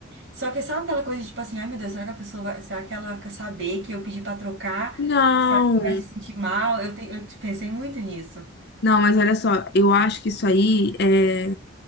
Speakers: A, on the right; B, on the left.
A: Só que sabe aquela coisa de tipo assim, ai meu Deus, será que a pessoa vai, será que ela quer saber que eu pedi pra trocar?
B: Não,
A: Será que ela vai se sentir mal? Eu, te, eu te- pensei muito nisso.
B: não, mas olha só, eu acho que isso aí é.